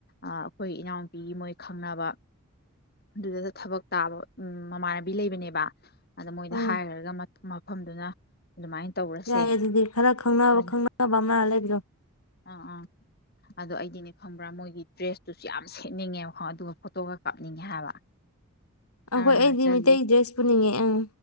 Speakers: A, on the left (about 45°); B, on the left (about 85°).
A: ꯑꯩꯈꯣꯏ ꯏꯅꯥꯎꯅꯨꯄꯤꯒꯤ ꯃꯣꯏ ꯈꯪꯅꯕ ꯑꯗꯨꯗ ꯊꯕꯛ ꯇꯥꯕ ꯎ ꯃꯃꯥꯟꯅꯕꯤ ꯂꯩꯕꯅꯦꯕ ꯑꯗ ꯃꯣꯏꯗ
B: ꯎꯝ
A: ꯍꯥꯏꯔꯒ ꯃꯐꯝꯗꯨꯅ ꯑꯗꯨꯃꯥꯏꯅ ꯇꯧꯔꯁꯦ
B: ꯌꯥꯏꯌꯦ ꯑꯗꯨꯗꯤ ꯈꯔ ꯈꯪꯅꯕ
A: ꯍꯜ
B: ꯈꯪꯅꯕ ꯃꯥ ꯂꯩ <inaudible>
A: ꯑꯥ ꯑꯥ ꯑꯗꯨꯗꯣ ꯑꯩꯗꯤꯅꯦ ꯈꯪꯕ꯭ꯔꯥ ꯃꯣꯏꯒꯤ ꯗ꯭ꯔꯦꯁꯇꯨꯁꯨ ꯌꯥꯝ ꯁꯦꯠꯅꯤꯡꯉꯦꯕꯣ ꯑꯗꯨꯒ ꯐꯣꯇꯣꯒ ꯀꯥꯞꯅꯤꯡꯉꯦ ꯍꯥꯏꯕ
B: ꯑꯩꯈꯣꯏ
A: ꯑꯔꯨꯅꯥꯆꯜꯒꯤ
B: ꯑꯩꯗꯤ ꯃꯤꯇꯩ ꯗ꯭ꯔꯦꯁ ꯄꯨꯅꯤꯡꯉꯦ ꯑꯪ